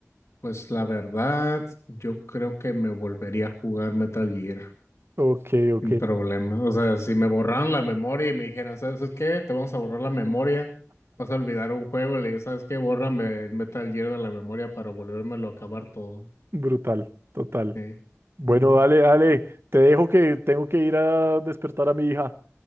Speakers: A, on the left (about 60°); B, on the right (about 50°).
A: pues la verdad, yo creo que me volvería a jugar Metal Gear.
B: Ok, ok.
A: Sin problema. O sea, si me borraran la memoria y me dijeran, ¿sabes qué? Te vamos a borrar la memoria. Vas a olvidar un juego. Le digo, ¿sabes qué? Bórrame el Metal Gear de la memoria para volvérmelo a acabar todo.
B: Brutal, total.
A: Sí.
B: Bueno,
A: Ujú.
B: dale, dale. Te dejo que tengo que ir a despertar a mi hija.